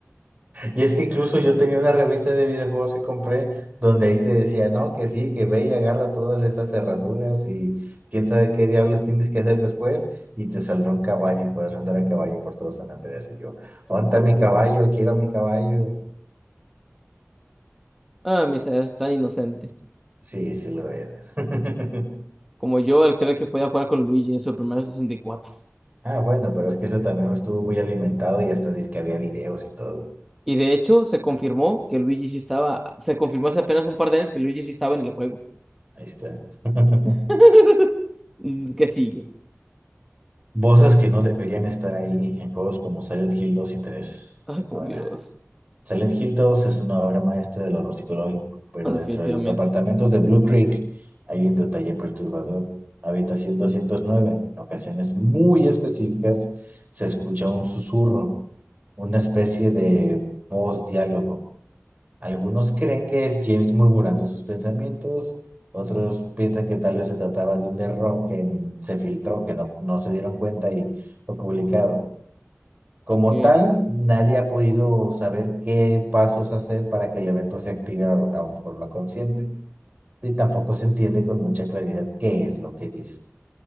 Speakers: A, on the right; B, in the centre.
A: Y es que incluso yo tenía una revista de videojuegos que compré donde ahí te decía, no, que sí, que ve y agarra todas estas cerraduras y quién sabe qué diablos tienes que hacer después y te saldrá un caballo y puedes andar a caballo por todo San Andreas. Y yo, ¿dónde está mi caballo? Quiero mi caballo.
B: Ah, Misa, eres tan inocente.
A: Sí, sí lo era. <laughs>
B: Como yo al creer que podía jugar con Luigi en su primer 64.
A: Ah, bueno, pero es que eso también estuvo muy alimentado y hasta dice que había videos y todo.
B: Y de hecho, se confirmó que Luigi sí estaba, se confirmó hace apenas un par de años que Luigi sí estaba en el juego.
A: Ahí está. <laughs>
B: <laughs> Mm, ¿Qué sigue?
A: Voces que no deberían estar ahí en juegos como Silent Hill dos y 3.
B: Ay, por
A: Ahora,
B: Dios.
A: Silent Hill dos es una obra maestra del horror psicológico, pero
B: No, definitivamente.
A: dentro de los apartamentos de Blue Creek hay un detalle perturbador. Habitación 209. En ocasiones muy específicas se escucha un susurro, una especie de voz diálogo Algunos creen que es James murmurando sus pensamientos, otros piensan que tal vez se trataba de un error que n- se filtró, que no, no se dieron cuenta y fue publicado. Como
B: Ok,
A: tal, nadie ha podido saber qué pasos hacer para que el evento se active a, a forma consciente. Y tampoco se entiende con mucha claridad qué es lo que dice